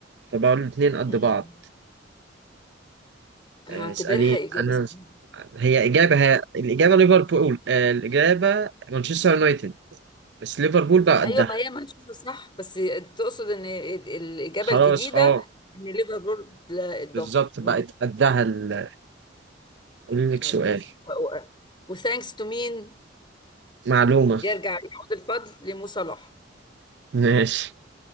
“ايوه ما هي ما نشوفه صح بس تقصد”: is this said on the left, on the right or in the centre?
Left